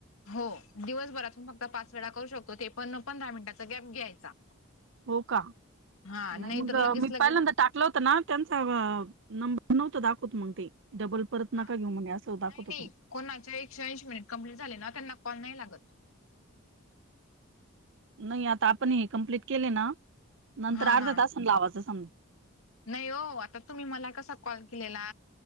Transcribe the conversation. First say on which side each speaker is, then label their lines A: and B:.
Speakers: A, on the left; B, on the right.
A: हो दिवसभरातून फक्त पाच वेळा करू शकतो, ते पण पंधरा मिनिटाचा गॅप घ्यायचा.
B: हो का?
A: हा
B: नाही मंग
A: तर लगेच
B: मी
A: लगे
B: पहिल्यांद टाक टाकलं होत ना, त्यांचा अं नंबर नव्हतं दाखवत मग ते डबल परत
A: हा
B: नका घेऊ म्हणे असं दाखवत
A: नाही- नाही
B: होतं
A: कोणाचे एकशे ऐंशी मिनिट कंम्प्लीट झाले ना त्यांना कॉल नाही लागत.
B: नाही आता आपण हे कंमप्लीट केले ना, नंतर
A: हा
B: अर्धा
A: हा
B: तासनं लावाचं सम
A: नाही ओ, आता तुम्ही मला कसा कॉल केलेला.